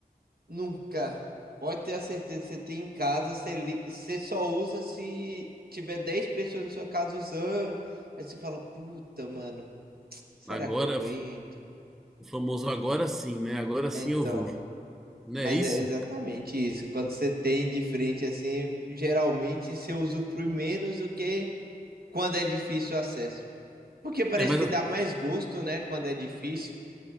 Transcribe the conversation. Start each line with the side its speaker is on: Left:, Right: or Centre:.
Right: Nunca. Pode ter a certeza que você tem em casa, você, li- você só usa se tiver 10 pessoas na sua casa usando. Aí você fala, puta, mano, será
Centre: Agora,
Right: que eu entro?
Centre: o famoso agora sim, né? Agora
Right: É,
Centre: sim
Right: Então,
Centre: eu vou. Não é
Right: mas
Centre: isso?
Right: é exatamente isso. Quando você tem de frente assim, geralmente você usufrui menos do que quando é difícil o acesso. Porque parece
Centre: É, mas.
Right: que dá mais gosto, né, quando é difícil.